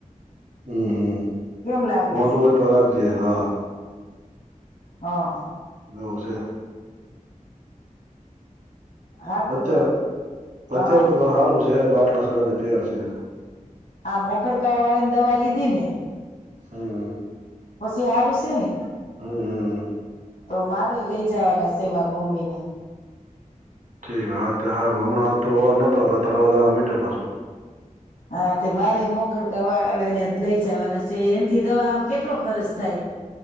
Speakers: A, on the right; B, on the left.
A: હમ
B: કેમ લાગશે?
A: મોટું હોય પર રાખજે હા
B: હા.
A: એવું છે.
B: હારું
A: અત્યાર
B: હા
A: સત્યાર હારુંશે બાકી આટલા સડા ભાઈ ફેર છે એને.
B: આ મોખડકાળા વાળા ને દવા લીધી ને?
A: હમ.
B: પછી હારું છે ને?
A: હમ.
B: તો મારે લઈ જવાના છે મારા મમ્મી ને.
A: ઠીક હારું હમણાં અવાજ નતો આવતા તવા જવા મીડ પાછો.
B: હા તે મારે મોખડકા વાળાને લઈ જવાના છે એથી દવા આમ કેટલો ખર્ચ થાય?